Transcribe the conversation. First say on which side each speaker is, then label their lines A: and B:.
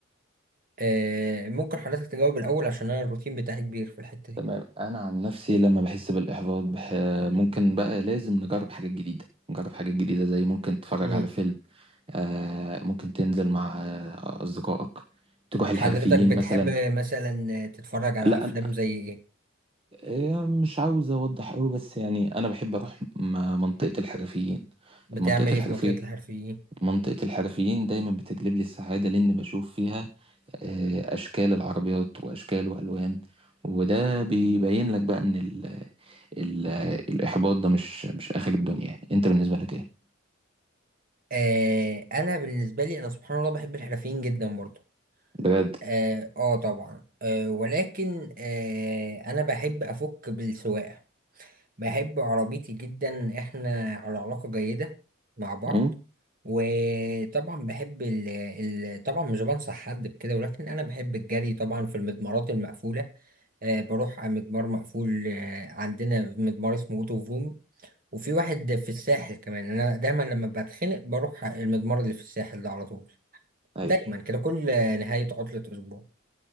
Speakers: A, on the right (about 45°); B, on the right (about 25°).
A: آه ممكن حضرتك تجاوب الاول عشان انا الروتين بتاعي كبير في الحتة
B: تمام أنا عن نفسي لما بحس بالإحباط بح... ممكن بقى لازم نجرب حاجات جديدة نجرب حاجات جديدة زي ممكن تتفرج
A: دي
B: على فيلم آه، ممكن تنزل مع آه، أصدقائك تروح الحرفيين
A: حضرتك بتحب
B: مثلا
A: مثلا تتفرج على
B: لا
A: افلام
B: أنا
A: زي ايه
B: آه، مش عاوز أوضح أوي بس يعني أنا بحب أروح م- منطقة الحرفيين
A: بتعمل
B: منطقة
A: ايه
B: الحرفية
A: في منطقة الحرفيين
B: منطقة الحرفيين دايما بتجلب لي السعادة لأن بشوف فيها آه، أشكال العربيات وأشكال وألوان وده بيبين لك بقى إن ال ال الإحباط ده مش مش آخر الدنيا يعني أنت بالنسبة لك إيه؟
A: آه انا بالنسبة لي انا سبحان الله بحب الحرفيين جدا برضو
B: بجد؟
A: اه, آه طبعا آه ولكن آه انا بحب افك بالسواقة بحب عربيتي جدا احنا على علاقة جيدة مع بعض
B: مم؟
A: وطبعا بحب ال ال طبعا مش بنصح حد بكده ولكن انا بحب الجري طبعا في المضمارات المقفولة آه، بروح على مجمار مقفول آه، عندنا مجمار اسمه اوتو فروم وفي واحد في الساحل كمان انا دايما لما بتخنق بروح على المجمار اللي في الساحل ده على طول
B: أيوه
A: دايما كده كل آه، نهاية عطلة اسبوع